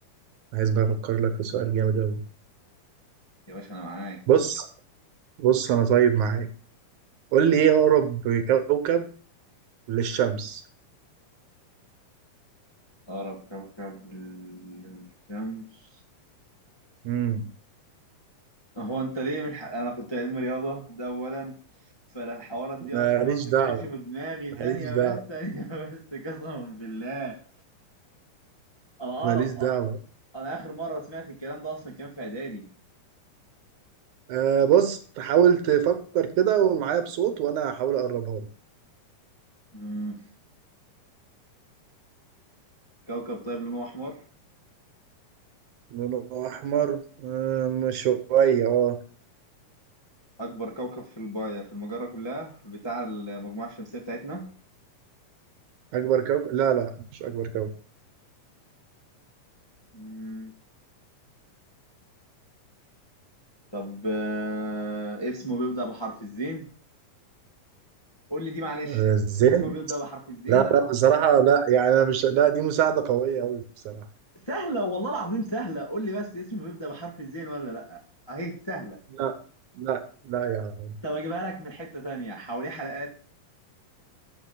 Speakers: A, on the right; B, on the left.
A: عايز بقى افكر لك في سؤال جامد قوي
B: يا باشا انا معاك
A: بص بص انا طيب معاك قول لي ايه اقرب كوكب للشمس
B: أقرب كوكب للشمس
A: امم
B: هو أنت ليه مش ح... أنا كنت علم رياضة ده أولا فأنا الحوارات دي
A: ماليش
B: أصلا ما كانتش
A: دعوه
B: في دماغي
A: ماليش
B: ثانية
A: دعوه
B: بس ثانية <laughs> بس قسما بالله أنا
A: ماليش
B: أقرب
A: دعوه
B: أنا آخر مرة سمعت الكلام ده أصلا كان في إعدادي
A: آه بص حاول تفكر كده ومعايا بصوت وانا هحاول اقربها لك
B: مم. كوكب طيب لونه أحمر
A: لونه احمر آه مش شويه اه
B: أكبر كوكب في الب... في المجرة كلها في بتاع المجموعة الشمسية بتاعتنا
A: اكبر كوكب لا لا مش اكبر كوكب
B: مم. طب آه، اسمه بيبدأ بحرف الزين قول لي دي معلش
A: آه الزين
B: اسمه بيبدأ بحرف الزين
A: لا لا بصراحه لا يعني انا مش لا دي مساعده قويه قوي بصراحه
B: سهلة والله العظيم سهلة قول لي بس اسمه بيبدأ بحرف الزين ولا لأ أهي سهلة
A: لا لا لا يعني
B: طب أجيبها لك من حتة تانية حواليه حلقات